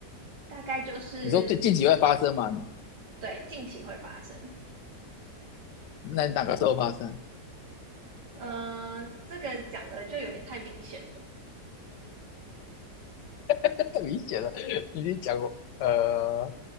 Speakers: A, on the right; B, on the left.
A: 大概就是。
B: 你说最近期会发生吗？
A: 对，近期会发生。
B: 那哪个时候发生？
A: 呃，这个讲的就有点太明显了。
B: <laughs> 太明显了，你已经讲过，呃，